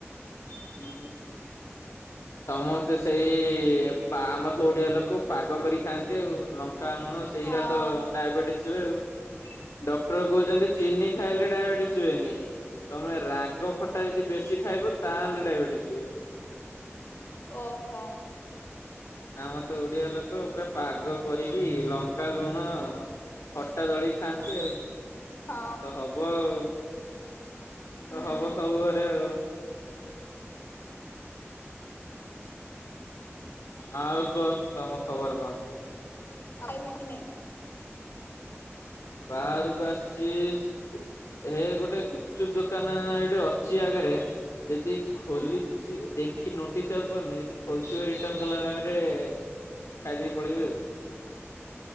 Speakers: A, on the left; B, on the left.
A: ହଁ ସମସ୍ତେ ସେଇ ପା ମାତ ଓଡିଆ ଲୋକ ପାଗ କରି ଖାଆନ୍ତି ଆଉ, ଲଙ୍କା ଲୁଣ ସେଇରା
B: ହଁ ହଁ
A: ତ ଡାଏବେଟିସ୍ ହୁଏ ଆଉ। ଡକ୍ଟର କହୁଛନ୍ତି ଚିନି ଖାଇଲେ ଡାଏବେଟିସ୍ ହୁଏନି। ତମେ ରାଗ ଖଟା ଯଦି ବେଶି ଖାଇବ ତାହେଲେ ଡାଏବେଟିସ୍ ହୁଏ।
B: ଓହୋ।
A: ଆମର ତ ଓଡିଆ ଲୋକ ପୁରା ପାଗ କରିକି ଲ ଙ୍କା, ଲୁଣ ଖଟା ଦଳି ଖାଆନ୍ତି ଆଉ।
B: ହଁ।
A: ତ ହବ ଆଉ
B: ହୁଁ
A: ତ ହବ ସବୁ ଘରେ ଆଉ। ଆଉ କୁହ ତମ ଖବର କଣ?
B: ଆଡ଼େଇ ବେକି କି ନାହିଁ?
A: ବାହାରକୁ ଆସିଛି। ହେ ଗୋଟେ ଗୁପ୍ ଚୁପ୍ ଦୋକାନ ଏଇଠି ଅଛି ଆଗରେ, ଯଦି ଖୋଲିଛି
B: ହୁଁ
A: ଦେଖି ନୋଟିସ୍ ଆଉ କରନି, ଯଦି ଖୋଲଥିବ ରିଟର୍ଣ କଲା ଟାଇମ୍ ରେ ଖାଇଦେଇକି ପଳେଇବି ଆଉ।